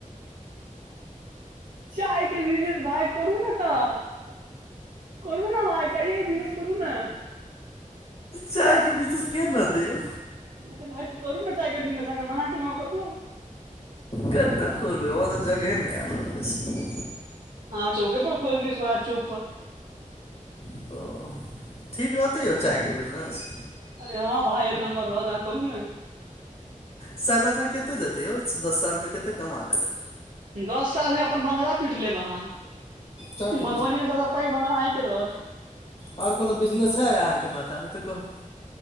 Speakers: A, on the right (about 85°); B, on the left (about 45°).
A: चाय के बिजनेस भाय करू ने ते, करू ने भाय। चाइयेए के बिजनेस करू ने।
B: चाय के बिजनेस केहेन रहतै यौ।
A: अरे भाय ते करू ने चाय के बिजनेस, अहांके मना केलहुं, करू ने।
B: कतऽ खोलबै हमरा तऽ जगहे नहि आबि रहल ऐछ।
A: हँ चौके पर खोल दियौ, सौराठ चौक पर।
B: ओ, ठीक रहतै यौ चायके बिजनेस
A: अरे हँं भाइ एक नम्बर रहत, अहाँ करू ने।
B: सालाना कतेक देतै यौ दस सालमे कतेक कमा लेबै?
A: दस साल मे अपन बंगला पीट लेब अहाँ,
B: चायके
A: मधुबनी मे सभसँ पैघ बंगला अहींके रहत।
B: और कोनो बिजनेस है अहाँके माथा मे तऽ कहू।